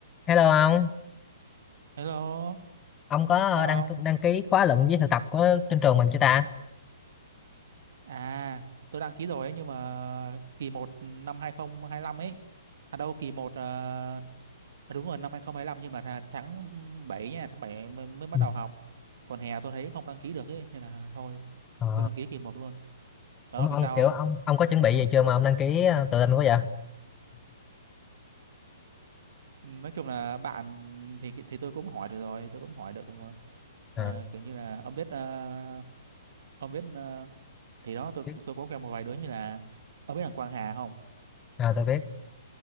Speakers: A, on the left (about 20°); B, on the right (about 60°).
A: Hello ông,
B: Hello,
A: ông có ờ,
B: sao
A: đăng
B: không?
A: đăng ký khóa luận với thực tập của trên trường mình chưa ta?
B: À, tôi đăng ký rồi ấy, nhưng mà kỳ một năm 2025 ấy. À đâu, kỳ một ờ, à, đúng rồi năm 2025 nhưng mà là tháng 7 nha, tháng 7 mới, mới bắt
A: Ừ.
B: đầu học. Còn hè tôi thấy không đăng ký được ấy nên là thôi,
A: Ờ,
B: tôi đăng ký kỳ một luôn. Còn
A: ông,
B: ông thì
A: ông
B: sao
A: kiểu ông ông có chuẩn bị gì chưa mà ông đăng ký ờ, tự tin quá vậy?
B: không? Nói chung là bạn thì thì tôi cũng hỏi được rồi, tôi cũng hỏi được mà.
A: Ờ,
B: Ờ, kiểu như là ông biết ờ, ông biết ờ, thì đó tôi cũng-
A: biết.
B: tôi có quen một vài đứa như là ông biết thằng Quang Hà không?
A: à, tôi biết.